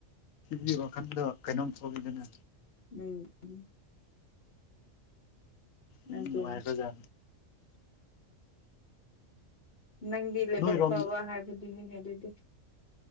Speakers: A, on the left; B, on the left.
A: ꯁꯤ ꯋꯥꯈꯗ ꯀꯩꯅꯣꯡ ꯊꯒꯗꯅ
B: ꯎꯝ ꯎꯝ
A: ꯎꯝ
B: ꯑꯗꯨꯅꯤ
A: ꯋꯥꯏꯔꯖ
B: ꯅꯪꯗꯤ ꯂꯥꯏꯕꯛ
A: ꯅꯣꯏꯔꯣꯝ
B: ꯐꯕ ꯍꯥꯏꯕꯗꯨꯅꯤꯅꯦ ꯑꯗꯨꯗꯤ